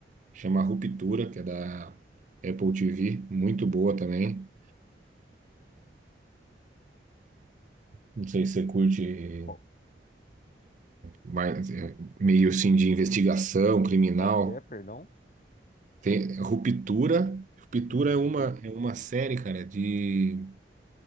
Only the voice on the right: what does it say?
Chama Ruptura, que é da Apple TV, muito boa também. Não sei se você curte
mais, é, meio assim de investigação criminal.
Tem Ruptura. Ruptura
é uma, é uma série, cara, de.